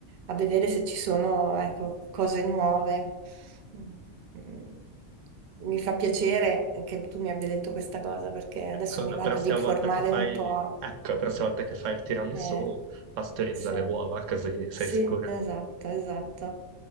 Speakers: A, on the right (about 60°); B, on the right (about 90°).
A: a vedere se ci sono, ecco, cose nuove. Mm, Mi fa piacere che tu mi abbia detto questa cosa perché adesso
B: Ecco,
A: mi
B: la
A: vado
B: prossima
A: ad informare
B: volta che fai,
A: un po'.
B: ecco, la prossima
A: Sì.
B: volta che fai il tiramisù,
A: Eh,
B: pastorizza
A: sì.
B: le uova, così sei
A: Sì,
B: sicuro.
A: esatto, esatto.